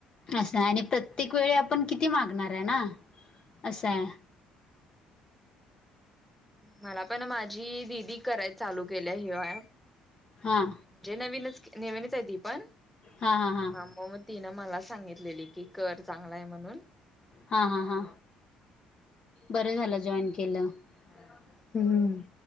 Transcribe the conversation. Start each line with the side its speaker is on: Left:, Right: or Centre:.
Left: असं हाय, आणि प्रत्येक वेळी आपण किती मागणार आहे ना असं
Centre: हा
Left: हाय.
Centre: मला पण माझी दिदी कराय चालू केल्या ह्यो ॲप
Left: हां
Centre: म्हणजे नवीनच नेवीनच आहे ती पण
Left: हां हां हां.
Centre: हा म म तिनं मला सांगितलेली की कर चांगल हाय म्हणून
Left: हा हा हा, बरं झालं जॉईन केलं.
Centre: हम्म.
Left: हम्म.